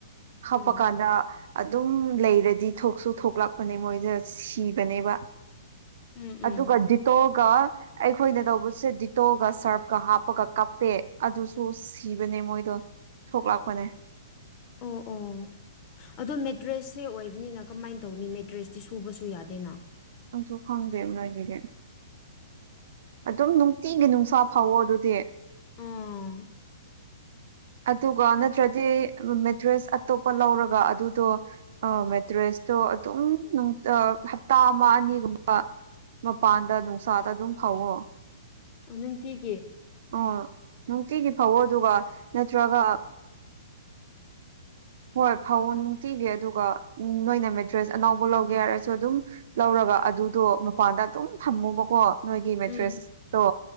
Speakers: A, on the right (about 60°); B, on the left (about 35°).
A: ꯍꯥꯞꯄꯀꯥꯟꯗ
B: ꯎꯝ
A: ꯑꯗꯨꯝ ꯂꯩꯔꯗꯤ ꯊꯣꯛꯁꯨ ꯊꯣꯛꯂꯛꯄꯅꯦ ꯃꯣꯏꯗꯣ ꯁꯤꯕꯅꯦꯕ
B: ꯎꯝ ꯎꯝ
A: ꯑꯗꯨꯒ ꯗꯤꯗ ꯇꯣꯜꯒ ꯑꯩꯈꯣꯏꯅ ꯇꯧꯕꯁꯦ ꯗꯤꯇꯣꯜꯒ ꯁꯔꯞꯀ ꯍꯥꯞꯄꯒ ꯀꯞꯄꯦ ꯑꯗꯨ ꯁꯨ ꯁꯤꯕꯅꯦ ꯃꯣꯏꯗꯣ ꯊꯣꯛꯂꯛꯄꯅꯦ
B: ꯎꯟ ꯎꯟ ꯑꯗꯣ ꯃꯦꯇ꯭ꯔꯦꯁꯁꯦ ꯑꯣꯏꯕꯅꯤꯅ ꯀꯃꯥꯏꯅ ꯇꯧꯅꯤ ꯃꯦꯇ꯭ꯔꯦꯁꯇꯤ ꯁꯨꯕꯁꯨ ꯌꯥꯗꯦꯅ
A: ꯀꯪꯁꯨ ꯈꯪꯗꯦꯕ ꯅꯣꯏꯒꯤꯗꯤ ꯑꯗꯨꯝ ꯅꯨꯡꯇꯤꯒꯤ ꯅꯨꯡꯁꯥ ꯐꯥꯎꯑꯣ ꯑꯗꯨꯗꯤ
B: ꯑꯣ
A: ꯑꯗꯨꯒ ꯅꯠꯇ꯭ꯔꯗꯤ ꯔꯨꯝ ꯃꯦꯇ꯭ꯔꯦꯁ ꯑꯇꯣꯞꯄ ꯂꯧꯔꯒ ꯑꯗꯨꯗꯣ ꯑ ꯃꯦꯇ꯭ꯔꯦꯁꯇꯣ ꯑꯗꯨꯝ ꯍꯞꯇꯥ ꯑꯃ ꯑꯅꯤꯒꯨꯝꯕ ꯃꯄꯥꯟꯗ ꯅꯨꯡꯁꯥꯗ ꯑꯗꯨꯝ ꯐꯧꯋꯣ
B: ꯅꯨꯡꯇꯤꯒꯤ
A: ꯑꯣ ꯅꯨꯡꯇꯤꯒꯤ ꯐꯧꯑꯣ ꯑꯗꯨꯒ ꯅꯠꯇ꯭ꯔꯒ ꯍꯣꯏ ꯐꯧ ꯅꯨꯡꯇꯤꯒꯤ ꯑꯗꯨꯒ ꯅꯣꯏꯅ ꯃꯦꯗ꯭ꯔꯦꯁ ꯑꯅꯧꯕ ꯂꯧꯒꯦ ꯍꯥꯏꯔꯁꯨ ꯑꯗꯨꯝ ꯂꯧꯔꯒ ꯑꯗꯨꯗꯣ ꯃꯄꯥꯟꯗ ꯑꯗꯨꯝ ꯊꯝꯃꯣꯕꯀꯣ ꯅꯣꯏꯒꯤ ꯃꯦꯗ꯭ꯔꯦꯁꯇꯣ
B: ꯎꯝ